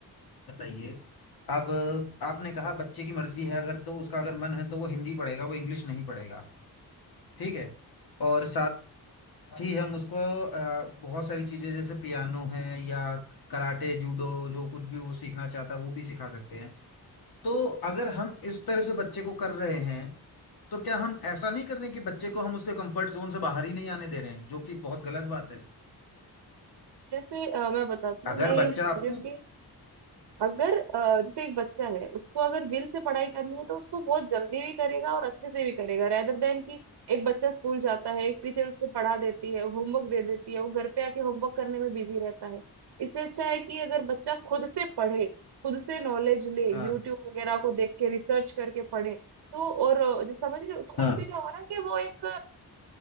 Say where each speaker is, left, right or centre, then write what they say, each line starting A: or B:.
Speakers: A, on the left; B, on the right.
A: बताइए अब आपने कहा बच्चे की मर्जी है अगर तो उसका अगर मन है तो वो हिंदी पढ़ेगा वो इंग्लिश नहीं पढ़ेगा ठीक है और साथ ही हम उसको अ, बहुत सारी चीजें जैसे पियानो है या कराटे जूडो जो कुछ भी वो सीखना चाहता है वो भी सिखा सकते हैं तो अगर हम इस तरह से बच्चे को कर रहे हैं तो क्या हम ऐसा नहीं कर रहे कि बच्चे को हम उसके कंफर्ट जोन से बाहर ही नहीं आने दे रहे हैं जो कि बहुत गलत बात है
B: जैसे अ, मैं बताती हूँ
A: अगर
B: मैं ये
A: बच्चा
B: सोच
A: आप
B: रही हूँ कि अगर अ, जैसे एक बच्चा है उसको अगर विल से पढ़ाई करनी है तो उसको बहुत जल्दी भी करेगा और अच्छे से भी करेगा रेदर देन कि एक बच्चा स्कूल जाता है एक टीचर उसको पढ़ा देती है होमवर्क दे देती है वो घर पे आके होमवर्क करने में बिजी रहता है इससे अच्छा है कि अगर बच्चा खुद से पढ़े खुद से नॉलेज ले यूट्यूब
A: हाँ
B: वगैरह को देख के रिसर्च करके पढ़े तो और अ, जो समझ रहे हो तो
A: हाँ
B: उससे क्या होगा ना कि वो एक